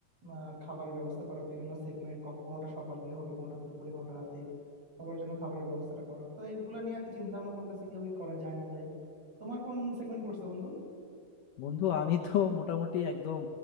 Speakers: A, on the right (about 35°); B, on the left (about 70°).
A: আহ, খাবারের ব্যবস্থা করা বিভিন্ন সেগমেন্ট কোনোটা সকালে হবে কোনোটা দুপুরে কোনোটা রাতে সবার জন্য খাবারের ব্যবস্থাটা করা তো এইগুলো নিয়ে আর কি চিন্তা ভাবনা করতেছি কিভাবে করা যায় না যায় তোমার কোন সেগমেন্ট পড়ছে বন্ধু
B: বন্ধু আমি তো মোটামুটি একদম